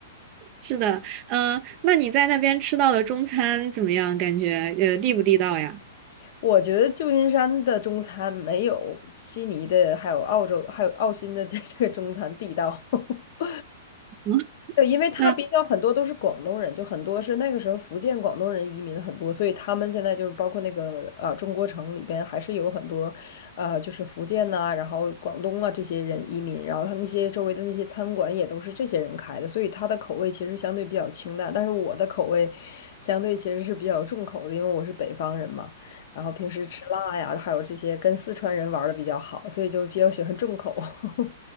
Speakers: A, on the right; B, on the left.
A: 是的，嗯、那你在那边吃到的中餐怎么样？感觉呃地不地道呀？
B: 我觉得旧金山的中餐没有悉尼的，还有澳洲，还有澳新的这这个中餐地道。<laughs>
A: 嗯
B: 对，因为他比较很多都是广东人，
A: 嗯
B: 就很多是那个时候福建广东人移民很多，所以他们现在就是包括那个呃中国城里边还是有很多，呃就是福建呐、然后广东啊这些人移民，然后他那些周围的那些餐馆也都是这些人开的，所以他的口味其实相对比较清淡，但是我的口味相对其实是比较重口的，因为我是北方人嘛，然后平时吃辣呀，还有这些跟四川人玩的比较好，所以就比较喜欢重口。<laughs>